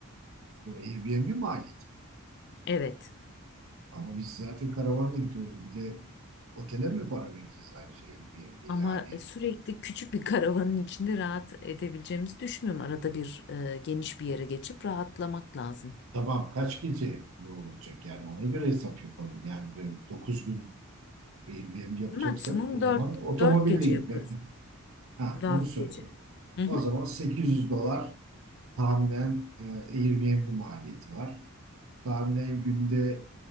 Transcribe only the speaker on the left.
Evet.
Ama
e, sürekli küçük bir karavanın içinde rahat edebileceğimizi düşünmüyorum. Arada bir e, geniş bir yere geçip rahatlamak lazım.
Maksimum
dört
dört gece
yaparız.
dört
gece. Hı hı.